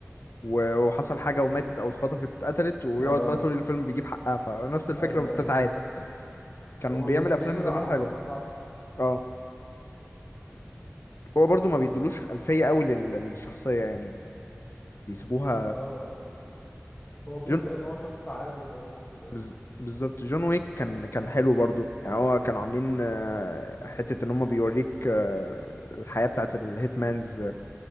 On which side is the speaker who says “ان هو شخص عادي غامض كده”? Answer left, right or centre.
Left